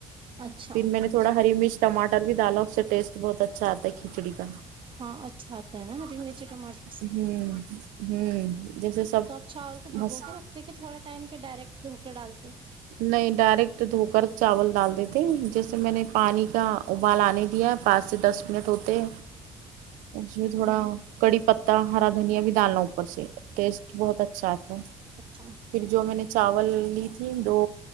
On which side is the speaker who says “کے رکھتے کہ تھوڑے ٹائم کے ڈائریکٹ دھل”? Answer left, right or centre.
Right